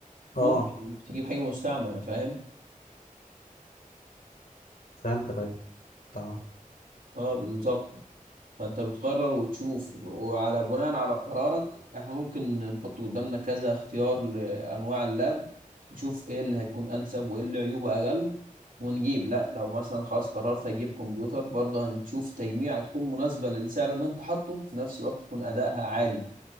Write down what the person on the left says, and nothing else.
اه
فهمتك ايوه تمام